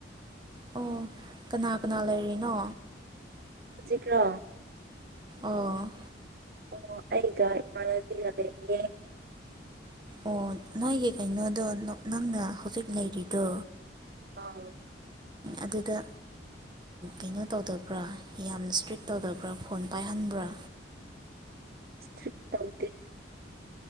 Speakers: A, on the right; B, on the right.
A: ꯑꯣ ꯀꯅꯥ ꯀꯅꯥ ꯂꯩꯔꯤꯅꯣ
B: ꯍꯧꯖꯤꯛꯔꯣ
A: ꯑꯣ
B: ꯑꯣ ꯑꯩꯒ ꯏꯃꯥꯟꯅꯕꯤꯒ ꯂꯩꯌꯦ
A: ꯑꯣ ꯅꯣꯏꯒꯤ ꯀꯩꯅꯣꯗꯣ ꯅꯪꯅ ꯍꯧꯖꯤꯛ ꯂꯩꯔꯤꯗꯣ
B: ꯑꯥ
A: ꯑꯗꯨꯗ ꯀꯩꯅꯣ ꯇꯧꯗꯕ꯭ꯔꯥ ꯌꯥꯝ ꯏꯁꯇ꯭ꯔꯤꯛ ꯇꯧꯗꯕ꯭ꯔꯥ ꯐꯣꯟ ꯄꯥꯏꯍꯟꯕ꯭ꯔꯥ
B: ꯏꯁꯀ꯭ꯔꯤꯛ ꯇꯧꯗꯦ